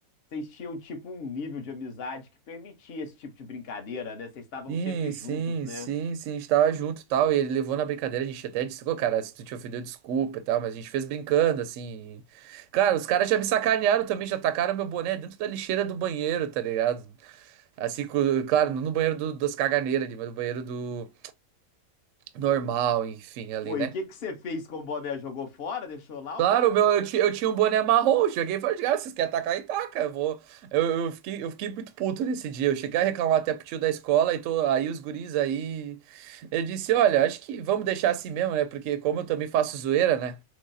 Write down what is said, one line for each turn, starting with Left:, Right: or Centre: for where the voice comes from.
Left: Vocês tinham, tipo, um nível de amizade que permitia esse tipo de brincadeira, né? Vocês estavam
Right: Sim,
Left: sempre
Right: sim,
Left: juntos, né?
Right: sim, sim, a gente tava junto e tal, e ele levou na brincadeira, a gente até disse, pô, cara, se tu te ofendeu, desculpa e tal, mas a gente fez brincando, assim. Cara, os caras já me sacanearam também, já tacaram meu boné dentro da lixeira do banheiro, tá ligado? Assim, co- claro, não no banheiro do, das caganeiras ali, mas no banheiro do normal, enfim, ali,
Left: Pô,
Right: né?
Left: e o que que você fez com o boné? Jogou fora, deixou lá
Right: Claro,
Left: ou pegou
Right: o
Left: de
Right: meu,
Left: volta?
Right: eu, ti- eu tinha um boné marrom, cheguei e falei, ah, vocês querem atacar, e taca, eu vou... Eu, eu fiquei, eu fiquei muito puto nesse dia, eu cheguei a reclamar até pro tio da escola, e tô, aí os guris aí... Eu disse, olha, acho que vamos deixar assim mesmo, né, porque como eu também faço zoeira, né,